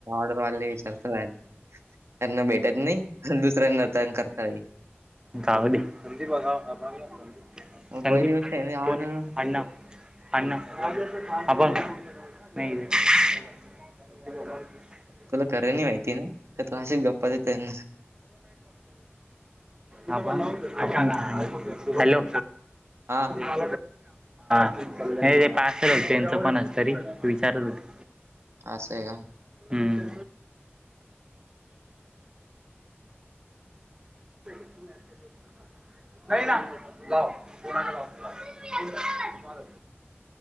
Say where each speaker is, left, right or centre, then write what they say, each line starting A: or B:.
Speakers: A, on the right; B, on the right.
A: र्डर वा विचारत त्यांना भेट त नाही दुसऱ्यां करताई
B: गावडी संदीप गा संदीप
A: मग पहिली गोष्ट
B: संदीपन
A: आहे ना ऑर्डर
B: अणा अन अप नाही <unintelligible>
A: तुला करायनी माहिती ना तलाशीच गप्पा देतना
B: ां हॅलो
A: हा
B: हा नाही ते पास हो त्यांचं कोण अस तरी विचारत होते
A: असं आहे का
B: हम्म <unintelligible> <unintelligible> नाही ना जाव कोणा तुठी आहे